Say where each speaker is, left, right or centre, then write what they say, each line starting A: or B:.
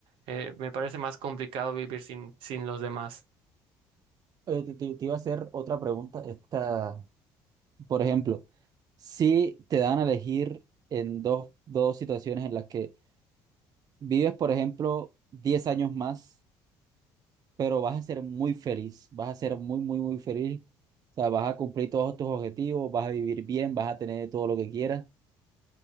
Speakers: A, on the right; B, on the right.
A: Eh, me parece más complicado vivir sin, sin los demás.
B: Eh, te, te- te iba a hacer otra pregunta. Esta, por ejemplo, si te dan a elegir en dos, dos situaciones en las que vives, por ejemplo, 10 años más, pero vas a ser muy feliz, vas a ser muy, muy, muy feliz. O sea, vas a cumplir todos tus objetivos, vas a vivir bien, vas a tener todo lo que quieras,